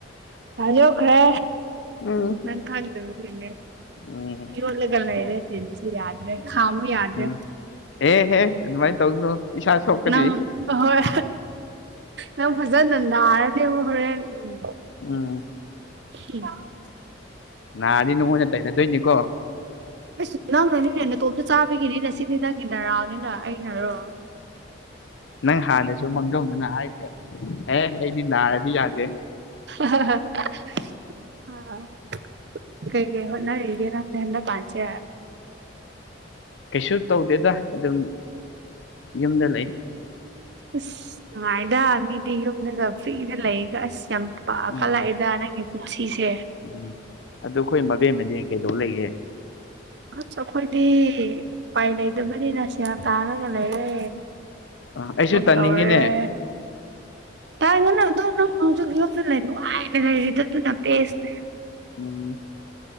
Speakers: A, on the right; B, on the left.
A: ꯌꯣꯠꯈ꯭ꯔꯦ
B: ꯎꯝ
A: ꯅꯪ ꯀꯟ ꯏꯅꯦ
B: ꯎꯝ
A: ꯌꯣꯠꯂꯒ ꯂꯩꯔꯦ ꯇꯤꯟ ꯌꯥꯗ꯭ꯔꯦ ꯈꯥꯃꯨ ꯌꯥꯗ꯭ꯔꯦ
B: ꯎꯝ ꯑꯦꯍꯦ ꯑꯗꯨꯃꯥꯏꯅ ꯇꯧꯅꯨ ꯏꯁꯥ ꯁꯣꯛꯀꯅꯤ
A: ꯅꯪ ꯑꯥ ꯍꯣꯏ ꯅꯪ ꯐꯖꯅ ꯅꯥꯔꯅꯦꯕ ꯍꯣꯔꯦꯟ ꯎꯝ
B: ꯎꯝ
A: <unintelligible>
B: ꯅꯥꯔꯗꯤ ꯅꯉꯣꯟꯗ ꯇꯩꯅꯗꯣꯏꯅꯤꯀꯣ
A: ꯑꯩꯁ ꯅꯪꯅꯅꯤꯅꯦ ꯅꯇꯣꯝꯗ ꯆꯥꯕꯒꯤꯅꯤꯅꯦ ꯁꯤꯗꯤ ꯅꯪꯒꯤ ꯅꯔꯥꯟꯅꯤꯅ ꯑꯩꯅꯔꯣ
B: ꯅꯪ ꯍꯥꯟꯅꯁꯨ ꯃꯥꯡꯖꯧꯅꯅ ꯍꯥꯏꯗꯦ ꯑꯦ ꯑꯩꯗꯤ ꯅꯥꯔꯗꯤ ꯌꯥꯗꯦ
A: <unintelligible> ꯀꯔꯤ ꯀꯔꯤ ꯍꯣꯠꯅꯔꯤꯒꯦ ꯅꯪꯗꯤ ꯍꯟꯗꯛꯀꯥꯟꯁꯦ
B: ꯀꯩꯁꯨ ꯇꯧꯗꯦꯗ ꯑꯗꯨꯝ ꯌꯨꯝꯗ ꯂꯩ
A: ꯑꯁ ꯅꯨꯡꯉꯥꯏꯗ ꯃꯤꯗꯤ ꯌꯨꯝꯗꯒ ꯐ꯭ꯔꯤꯗ ꯂꯩꯒ ꯑꯁ ꯌꯥꯝ ꯄꯥꯛ
B: ꯎꯝ
A: ꯀꯥꯂꯛꯏꯗ ꯅꯪꯒꯤ ꯄꯨꯟꯁꯤꯁꯦ
B: ꯎꯝ ꯑꯗꯨ ꯑꯩꯈꯣꯏ ꯃꯕꯦꯝꯃꯗꯤ ꯀꯩꯗꯧ ꯂꯩꯒꯦ
A: ꯑꯁ ꯑꯩꯈꯣꯏꯗꯤ ꯎꯄꯥꯏ ꯂꯩꯇꯕꯅꯤꯅ ꯁꯦꯜ ꯇꯥꯔꯒ ꯂꯩꯔꯦ
B: ꯑꯥ ꯑꯩꯁꯨ
A: ꯂꯣꯛ
B: ꯇꯥꯅꯤꯡꯉꯤꯅꯦ
A: ꯇꯧꯔꯦ ꯇꯥꯟꯒꯅꯨ ꯗꯣ ꯅꯪ ꯍꯧꯖꯤꯛ ꯌꯨꯝꯗ ꯂꯩ ꯅꯨꯉꯥꯏꯅ ꯂꯩꯔꯤꯗꯣ ꯑꯗꯨꯅ ꯕꯦꯁꯠ ꯅꯤ
B: ꯎꯝ